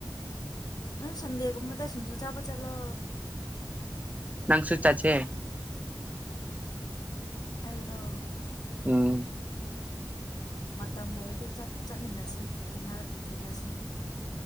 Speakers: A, on the left; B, on the right.
A: ꯅꯣꯏ ꯁꯟꯗꯦꯒꯨꯝꯕꯗ ꯁꯤꯡꯖꯨ ꯆꯥꯕ ꯆꯠꯂꯣ
B: ꯅꯪ ꯁꯨ ꯆꯥꯠꯁꯦ
A: ꯑꯩꯔꯣ
B: ꯎꯝ
A: ꯃꯇꯝ ꯂꯩꯔꯗꯤ ꯆꯠ ꯆꯠꯃꯤꯟꯅꯁꯦ ꯊꯦꯡ ꯊꯦꯡꯅꯁꯦ